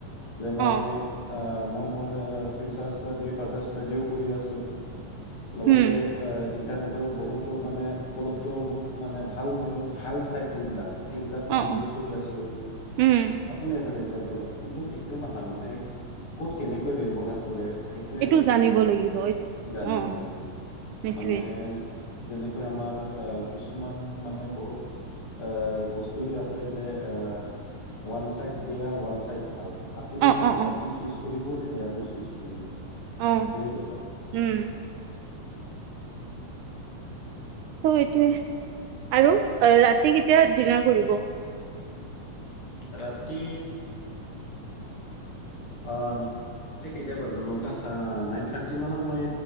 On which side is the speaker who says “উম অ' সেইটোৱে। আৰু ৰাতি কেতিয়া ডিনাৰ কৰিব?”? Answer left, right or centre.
Right